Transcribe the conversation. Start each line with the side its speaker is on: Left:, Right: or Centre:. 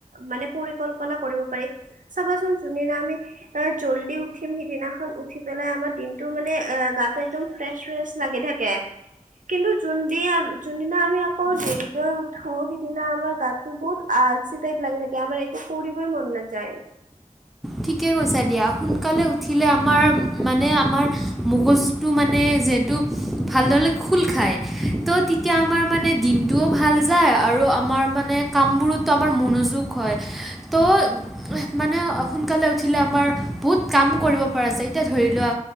Right: মানে পৰিকল্পনা কৰিব পাৰি। চাবাচোন যোনদিনা আমি এ জল্দি উঠিম সিদিনাখন উঠি পেলাই আমাৰ দিনতটো মানে এ গাটো একদম ফ্ৰেছ ফ্ৰেছ লাগি থাকে কিন্তু যোনদি যোনদিনা আমি আকৌ দেৰিকে উঠো সিদিনা আমাৰ গাতটো বহুত আল চিটাইপ লাগি থাকে আৰু একো কৰিবই মন নাযা'য়।
Centre: ঠিকে কৈছা দিয়া সোনকালে উঠিলে আমাৰ মানে আমাৰ মগজুটো মানে যিহেতু ভালদৰলে খোল খায় তো তেতিয়া আমাৰ মানে দিনটোও ভাল যায় আৰু আমাৰ মানে কামবোৰতো আমাৰ মনোযোগ হয় তো মানে সোনকালে উঠিলে আমাৰ বহুত কাম কৰিব পৰা যায় এতিয়া ধৰি লোৱা